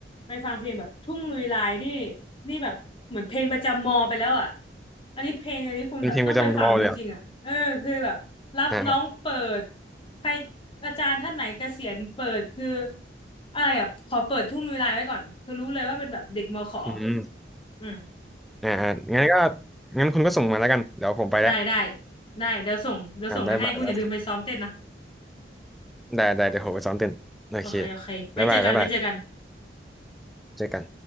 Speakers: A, on the left; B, in the centre.
A: ไปฟังเพลงแบบทุ่งลุยลายนี่นี่แบบเหมือนเพลงประจำมอไปแล้วอ่ะอันนี้เพลงอันนี้คุณแบบต้องไปฟังจริงๆอ่ะเออคือแบบรับน้องเปิด
B: เป็นเพลงประจำวอเลยเหรออ่า
A: ใครอาจารย์ท่านไหนเกษียณเปิดคืออะไรอ่ะขอเปิดทุ่งลุยลายไว้ก่อนคือรู้เลยว่าเป็นแบบเด็กมอขอ
B: อืม
A: อืม
B: อ่าอ่างั้นก็งั้นคุณก็ส่งมาแล้วกันเดี๋ยวผมไปแล้ว
A: ได้ได้ได้เดี๋ยวส่งเดี๋ยวส่งไปให้คุณอย่าลืมไปซ้อมเต้นนะ
B: อ่าบ๊ายบายแล้วได้ได้เดี๋ยวผมไปซ้อมเต้นโอเค
A: โอเคโอเคไว้เจอกันไว้เจอกัน
B: บ๊ายบายบ๊ายบายเจอกัน